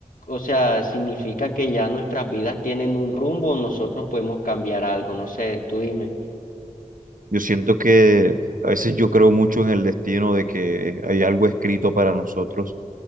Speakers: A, on the left; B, on the right.
A: o sea, significa que ya nuestras vidas tienen un rumbo, nosotros podemos cambiar algo, no sé, tú dime.
B: Yo siento que a veces yo creo mucho en el destino de que hay algo escrito para nosotros,